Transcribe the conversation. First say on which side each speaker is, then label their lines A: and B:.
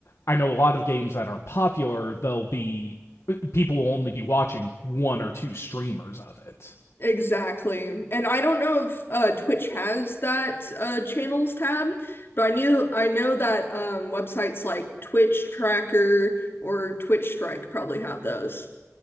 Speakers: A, on the left; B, on the left.
A: I know a lot of games that are popular, they'll be people will only be watching one or two streamers of it.
B: Exactly. And I don't know if uh, Twitch has that uh, channels tab, but I knew I know that um, websites like Twitch Tracker or Twitch Strike probably have those.